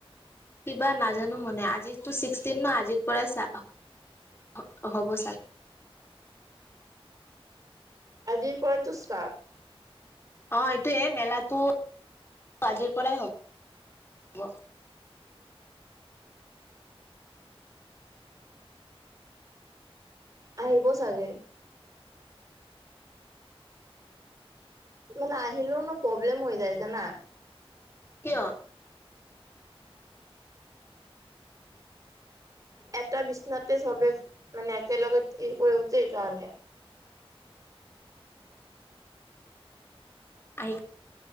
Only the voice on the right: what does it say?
আজিৰ পৰাই টো ষ্টাৰ্ট।
আহিব চাগে। মানে আহিলেও নো প্ৰব্লেম হৈ যায় জানা।
এটা বিচনাতে চবে মানে একেলগে ই কৰো যে সেইকাৰণে।